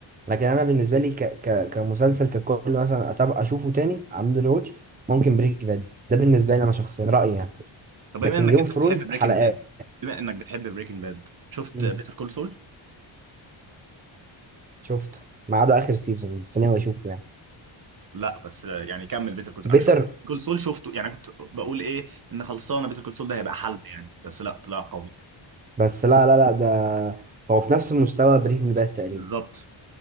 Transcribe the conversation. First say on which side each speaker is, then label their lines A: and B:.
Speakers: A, on the right; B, on the right.
A: لكن انا بالنسبة لي ك... ك... كمسلسل ككل مثلا أتابع أشوفه تاني أعمل له واتش ممكن بريك باد ده بالنسبة لي أنا شخصيا رأيي يعني
B: طب بما
A: لكن
B: انك
A: جيم اوف
B: انت
A: ثرونز
B: بتحب بريكنج
A: حلقات
B: باد بما انك بتحب بريكنج باد شفت
A: مم.
B: بيتر كول سول
A: شفته ما عدا آخر سيزون السينما أشوفه يعني
B: لا بس يعني كمل بيتر كول
A: بيتر
B: انا شفت كول سول شفته يعني كنت بقول ايه ان خلصانه بيتر كول سول ده هيبقى حلب يعني بس لا طلع قوي
A: بس لا لا لا ده هو في نفس مستوى بريكنج باد تقريبا
B: بالظبط